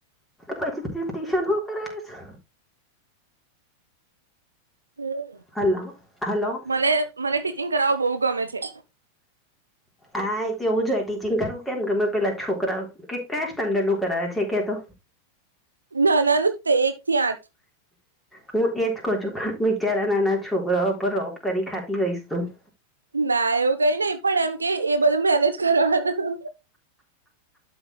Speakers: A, in the centre; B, on the right (about 75°).
A: પછી ટ્યુશન શું કરાવે છે.
B: હમ.
A: Hello hello.
B: મને મને ટીચિંગ કરાવ બહુ ગમે છે.
A: હા એ તો એવું જોય ટીચિંગ કરવું કેમ કે મેં પેલા છોકરા કે કયા સ્ટાન્ડર્ડ નું કરાવે છે કે તો.
B: ના નાનું જ એક થી આઠ.
A: હું એજ કહ છું બિચારા નાના છોકરાઓ પર રોપ કરી ખાતી ગઈશ તું.
B: ના એવું કઈ નહી પણ એમ કે એ બધું મેનેજ કરવાનું.